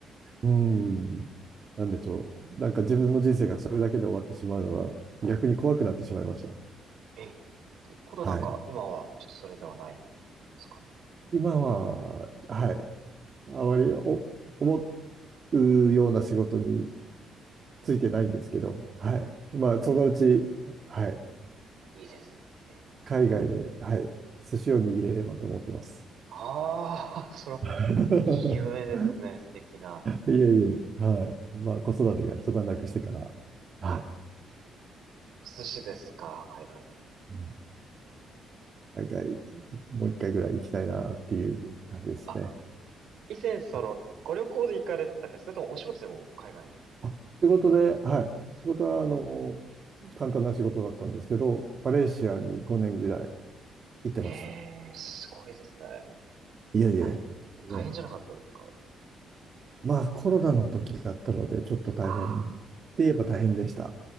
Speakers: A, on the right; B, on the right.
A: うん。なんでしょう。なんか自分の人生がそれだけで終わってしまうのは逆に怖くなってしまいました。
B: ええ。ってことなんか、
A: はい。
B: 今はちょっとそれではないところですか
A: 今は、はい。あまりお思うような仕事に
B: ね。
A: ついてないんですけど、
B: うん
A: はい。
B: ええ、
A: まあ、そのうち、はい。
B: いいですね。ええ、
A: 海外で、
B: また。
A: はい、寿司を握れればと思ってます。
B: ああ、<laughs> その、
A: <laughs>
B: いい夢ですね。素敵な。
A: いえいえ、はい。まあ、子育てが一段落してから、はい。
B: あ、お寿司ですか、海外で。
A: うん海外、もう一回ぐらい行きたいなっていう感じですね。
B: あ、以前その、
A: あ、
B: ご旅行で行かれてたか、それともお仕事でも海外に。
A: あ仕事で、はい。仕事は、あの、簡単な仕事だったんですけど、マレーシアに5年ぐらい行ってました。
B: ええ、すごいですね。
A: いえいえ。
B: 大変、大変じゃなかったですか
A: ね、まあ、コロナの時だったので、ちょっと大変っ
B: ああ、
A: て言えば大変でした。